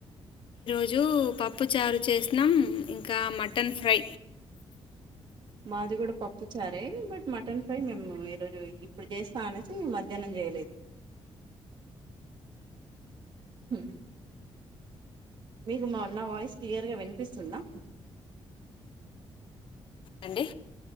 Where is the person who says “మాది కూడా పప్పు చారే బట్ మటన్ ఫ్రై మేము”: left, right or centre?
Right